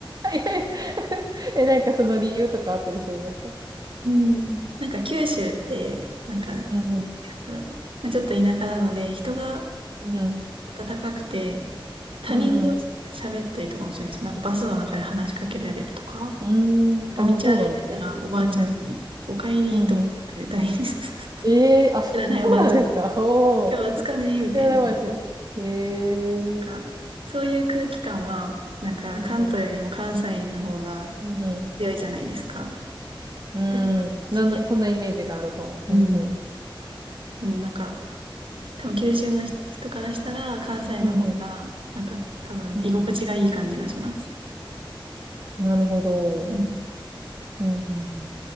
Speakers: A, on the right (about 50°); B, on the right (about 85°).
A: やいや <laughs> え、なんかその理由とかあったりするんですか
B: うん。なんか九州って、なんか、なん
A: うんうん。
B: だろう。まあ、ちょっと田舎なので、人が
A: うんうん。
B: 温かくて、他人同士で喋ったりとかもするんですよ。
A: うんうん
B: なんかバスの中で話しかけられるとか、な
A: うーん。
B: んか道歩いてたらおばあちゃんに、
A: ああ、そうなんですね。えうんうん。
B: お帰りとか言われたり、
A: うんうん。
B: <laughs> 知
A: ええあ、そ、
B: らないおばあちゃんに、
A: <laughs> そうなんですか。おお。
B: 今日は暑かねみたいな感じ。
A: <laughs> 知らなかったです。え
B: なんか、
A: え
B: そういう空気感は、なんか、
A: うんうん。
B: 関東よりも関西の方が
A: うんう
B: 強いじゃないですか。
A: ん。
B: だから、
A: うーん。
B: 地味やす
A: なんな、そんなイメージがあるかも。
B: うん。
A: うんうん。
B: うんなんか、多分九州の人人からしたら、関西の方が、
A: うんうん。
B: なんか、多分、
A: うんうん。
B: 居心地がいい感じがします。
A: なるほど。
B: うん
A: うんうんうん。